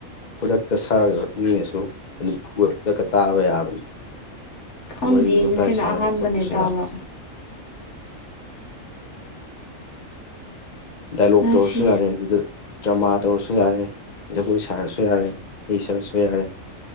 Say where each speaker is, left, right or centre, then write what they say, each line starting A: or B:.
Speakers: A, on the left; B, on the left.
A: ꯈꯨꯗꯛꯇ ꯁꯥꯛꯑꯒ ꯃꯤꯅꯁꯨ ꯑꯗꯨꯝ ꯈꯨꯗꯛꯇ ꯇꯥꯕ ꯌꯥꯕꯅꯤ
B: ꯈꯪꯗꯦ
A: ꯋꯥꯔꯤ ꯋꯥꯇꯥꯏ
B: ꯉꯁꯤꯅ
A: ꯁꯥꯟꯅꯕ
B: ꯑꯍꯥꯟꯕꯅꯦ
A: ꯈꯣꯠꯄꯁꯨ
B: ꯇꯥꯕ
A: ꯌꯥꯢ ꯗꯥꯏꯂꯣꯛ
B: ꯉꯁꯤ
A: ꯇꯧꯔꯁꯨ ꯌꯥꯔꯦ ꯑꯗꯨꯗ ꯗ꯭ꯔꯃꯥ ꯇꯧꯔꯁꯨ ꯌꯥꯔꯦ ꯖꯒꯣꯏ ꯁꯥꯔꯁꯨ ꯌꯥꯔꯦ ꯏꯁꯩ ꯁꯥꯔꯁꯨ ꯌꯥꯔꯦ